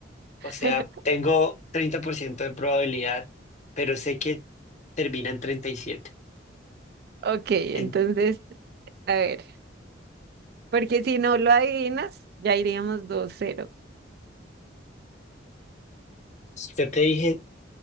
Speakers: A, on the left; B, on the right.
A: O sea,
B: <laughs>
A: tengo 30% de probabilidad, pero sé que termina en 37.
B: Ok, entonces,
A: En-
B: a ver. Porque si no lo adivinas, ya iríamos dos cero.
A: Yo te dije